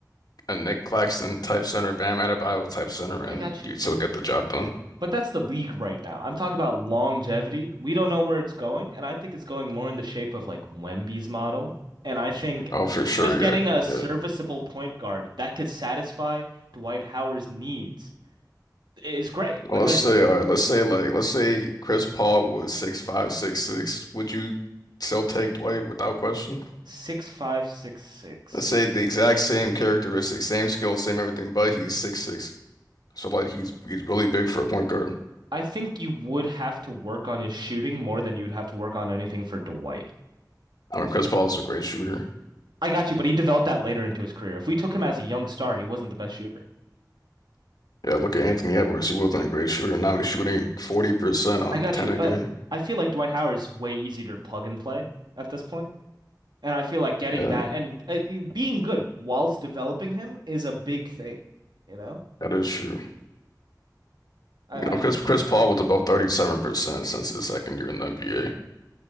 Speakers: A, on the left; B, on the right.
A: a Nick Claxton type center, Bam Adebayo type center, and
B: I got
A: you'd
B: you.
A: still get the job done.
B: But that's the league right now. I'm talking about longevity. We don't know where it's going, and I think it's going more in the shape of like Wemby's model. And I think
A: Oh, for sure,
B: just getting
A: yeah.
B: a serviceable
A: Yeah.
B: point guard that could satisfy Dwight Howard's needs is great
A: Well,
B: because
A: let's say, all right, let's say like let's say Chris Paul was six five, six six. Would you still take Dwight without question?
B: six five six six.
A: Let's say the exact same characteristics, same skills, same everything, but he's six six. So like he's he's really big for a point guard.
B: I think you would have to work on his shooting more than you'd have to work on anything for Dwight.
A: I mean, Chris Paul is a great shooter.
B: I got you, but he developed that later into his career. If we took him as a young star, he wasn't the best shooter.
A: Yeah, look at Anthony Edwards. He wasn't a great shooter. Now he's shooting 40% on
B: I got
A: 10
B: you, but
A: a game.
B: I feel like Dwight Howard's way easier to plug and play at this point. And I feel like getting
A: Yeah,
B: that and uh, uh, being good whilst developing him is a big thing, you know?
A: that is true.
B: I,
A: You know,
B: I
A: Chris
B: think
A: Chris Paul was about 37% since his second year in the NBA.